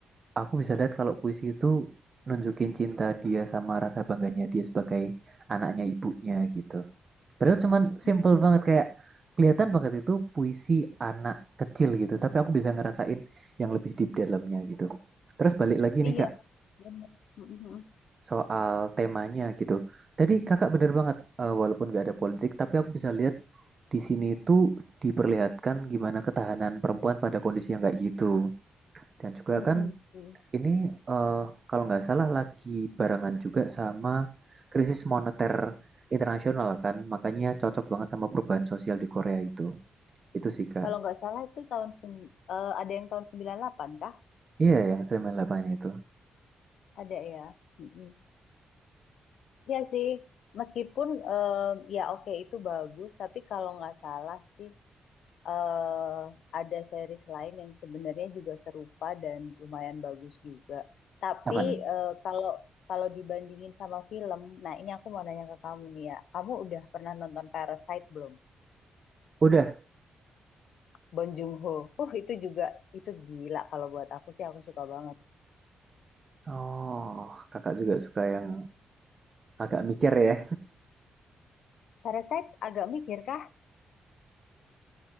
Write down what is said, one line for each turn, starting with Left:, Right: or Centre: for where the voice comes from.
Right: Aku bisa lihat kalau puisi itu nunjukin cinta dia sama rasa bangganya dia sebagai anaknya ibunya gitu. Padahal cuman simple
Left: Mm-mm.
Right: banget kayak kelihatan banget itu puisi anak kecil gitu, tapi aku bisa ngerasain yang lebih deep di dalamnya gitu. Terus balik lagi nih
Left: iya
Right: Kak,
Left: bener Mm-mm.
Right: soal temanya gitu. Tadi Kakak bener banget, eh, walaupun gak ada politik, tapi aku bisa lihat di sini itu diperlihatkan gimana ketahanan perempuan pada kondisi yang kayak gitu. Dan juga
Left: Mm-mm.
Right: kan ini, eee, kalau nggak salah lagi barengan juga sama krisis moneter internasional kan, makanya cocok banget sama perubahan sosial di Korea itu. Itu sih, Kak.
Left: kalau nggak salah itu tahun sem- eh, ada yang tahun sembilan delapan kah
Right: Iya, yang sembilan puluh delapan itu.
Left: ada ya Mm-mm. Iya sih Meskipun eh, ya oke itu bagus, tapi kalau nggak salah sih eh ada series lain yang sebenarnya juga serupa dan lumayan bagus juga. Tapi
Right: Apa nih?
Left: eh, kalau kalau dibandingin sama film, nah ini aku mau nanya ke kamu nih ya. Kamu udah pernah nonton Parasite belum?
Right: Udah?
Left: Bong Joon-ho. Uh, itu juga itu gila kalau buat aku sih aku suka banget.
Right: Oh, Kakak juga suka yang agak mikir ya.
Left: Parasite agak mikir kah?